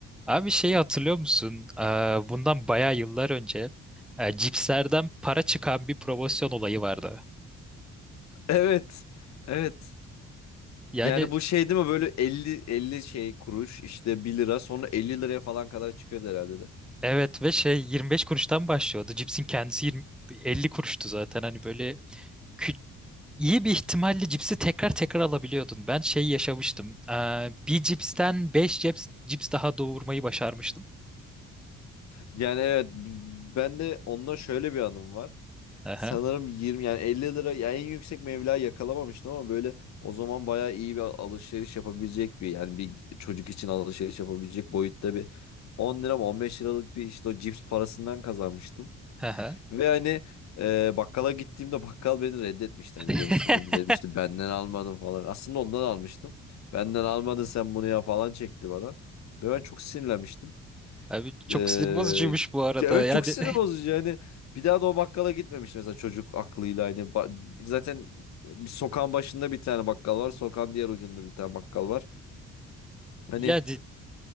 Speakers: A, in the centre; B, on the left (about 65°).
A: Abi şeyi hatırlıyor musun? Ee, Bundan bayağı yıllar önce e, cipslerden para çıkan bir promosyon olayı vardı.
B: Evet. Evet.
A: Yani
B: Yani bu şey değil mi böyle elli, elli şey kuruş işte bir lira sonra 50 liraya falan kadar çıkıyordu herhalde de.
A: evet ve şey 25 kuruştan başlıyordu. Cipsin kendisi 20, 50 kuruştu zaten. Hani böyle kü- iyi bir ihtimalle cipsi tekrar tekrar alabiliyordun. Ben şey yaşamıştım. Ee, Bir cipsten 5 cips, cips daha doğurmayı başarmıştım.
B: Yani evet b- ben de onunla şöyle bir anım var.
A: Aha,
B: Sanırım 20 yani elli lira yani en yüksek meblağı yakalamamıştım ama böyle o zaman bayağı iyi bir alışveriş yapabilecek bir yani bir çocuk için alışveriş yapabilecek boyutta bir 10 lira mı 15 liralık bir işte o cips parasından kazanmıştım.
A: aha.
B: Ve hani e, bakkala gittiğimde bakkal beni reddetmişti.
A: <laughs>
B: Hani demişti bunu demişti benden almadın falan. Aslında ondan almıştım. Benden almadın sen bunu ya falan çekti bana. Ve ben çok sinirlenmiştim.
A: Abi çok
B: E,
A: sinir bozucuymuş bu arada.
B: evet
A: Yani
B: çok sinir bozucu yani. Bir daha da o bakkala gitmemiş mesela çocuk aklıyla. Hani ba- zaten bir sokağın başında bir tane bakkal var. Sokağın diğer ucunda bir tane bakkal var.
A: <laughs>
B: Hani
A: yani